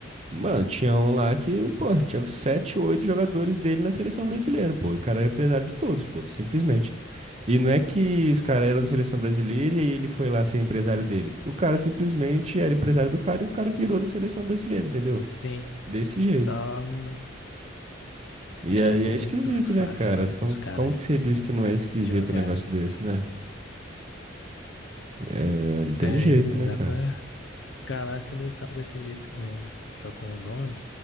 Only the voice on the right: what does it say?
Mano, tinha um lá que, pô, tinha sete, oito jogadores dele na seleção brasileira, pô. E o cara era empresário de todos, pô, simplesmente. E não é que os caras eram da seleção brasileira e aí ele foi lá ser empresário deles. O cara simplesmente era empresário do cara e o cara virou da seleção brasileira, entendeu?
Desse jeito.
E
aí
é esquisito,
né, cara?
Como,
como que você diz que não é esquisito
um negócio desse, né? É, não tem
jeito,
né,
cara?